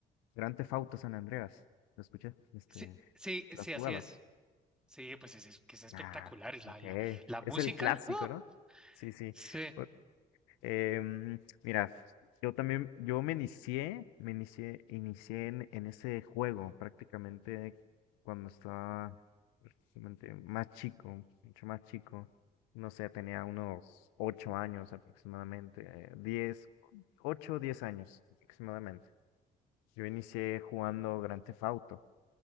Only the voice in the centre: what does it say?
Sí, sí,
sí,
así es. Sí, pues es, es que es espectacular.
La,
la, la
música.
¡ah!
Sí.